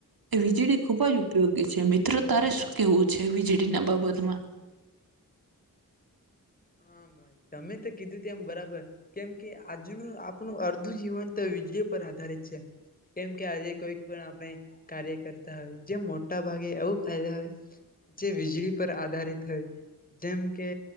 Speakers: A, on the right; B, on the left.
A: વીજળી ખૂબ જ ઉપયોગી છે મિત્રો તારે શું કેવું છે વીજળી ના બાબતમાં
B: હા ભાઈ તમે તો કીધું તેમ એમ બરાબર કેમ કે આજનું આપણું અર્ધું જીવન તો વીજળી પર આધારિત છે કેમકે આજે કોઈક પણ આપણે કાર્ય કરતા હોય જે મોટા ભાગે એવું ક હોય જે વીજળી પર આધારિત હોય જેમ કે